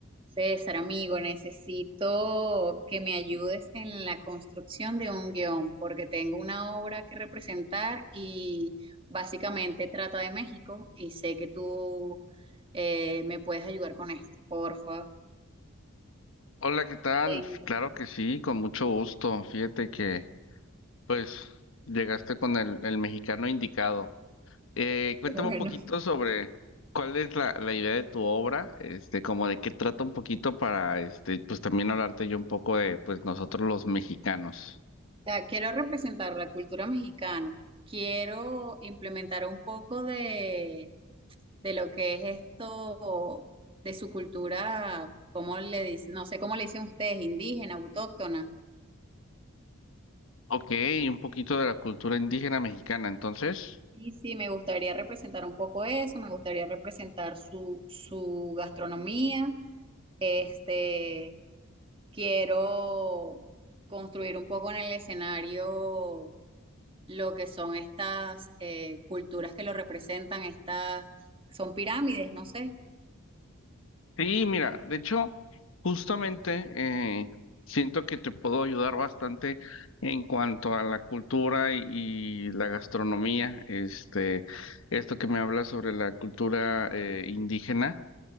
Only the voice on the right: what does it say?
César, amigo, necesito que me ayudes en la construcción de un guión, porque tengo una obra que representar y básicamente trata de México y sé que tú eh, me puedes ayudar con esto, porfa.
En-
Bueno,
<laughs> o
sea, quiero representar la cultura mexicana, quiero implementar un poco de, de lo que es esto, de su cultura, ¿cómo le dicen? No sé cómo le dicen ustedes, indígena, autóctona.
Y sí, me gustaría representar un poco eso, me gustaría representar su, su gastronomía. Este, quiero construir un poco en el escenario lo que son estas eh, culturas que lo representan, estas son pirámides, no sé.